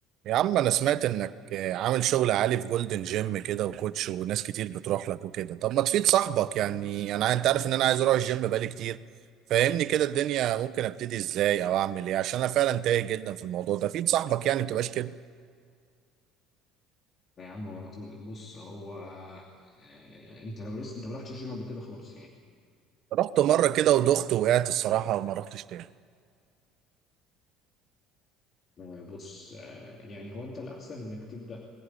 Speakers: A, on the right; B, on the left.
A: يا عم انا سمعت انك عامل شغل عالي في جولدن جيم كده وكوتش وناس كتير بتروح لك وكده طب ما تفيد صاحبك يعني انا انت عارف ان انا عايز اروح الجيم بقالي كتير فاهمني كده الدنيا ممكن ابتدي ازاي او اعمل ايه عشان انا فعلا تايه جدا في الموضوع ده فيد صاحبك يعني ما تبقاش كده
B: لا يا عم هو انا طول بص هو آه، انت لو لسه انت ما رحتش الجيم قبل كده خالص يعني
A: رحت مرة كده ودخت وقعت الصراحة وما رحتش تاني
B: آه، بص آه، يعني هو انت الاحسن انك تبدا